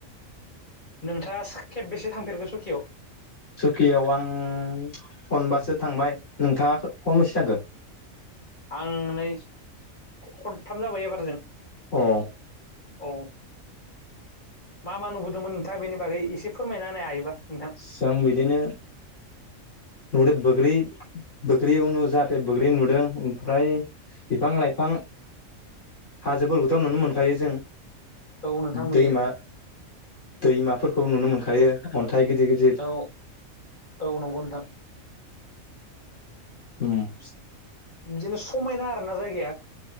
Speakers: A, on the left (about 35°); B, on the left (about 60°).
A: नोंथाङा खेब बेसे थांफेरगो सुकियाव
B: सुकियाव आं खनबासो थांबाय नोंथाङा खनबसे थांखो
A: आं नै खनथाम जाबाय एबारजों
B: अ
A: औ मा मा नुबो दोंमोन नोंथाङ बेनि बागै एसे फोरमायना होनो हायोबा नोंथां
B: जों बिदिनो नदो बोग्रि बोग्रि उनु जाहाथे बग्रि नुदों ओमफ्राय बिफां लाइफां हाजोफोरखौथ' नुनो मोनखायो जों
A: औ नोंथां नुयो
B: दैमा दैमाफोरखौ नुनो मोनखायो अन्थाइ गिदिर गिदिर
A: औ औ नंगौ नोंथां
B: हम
A: बिदिनो समायना आरोना जायगाया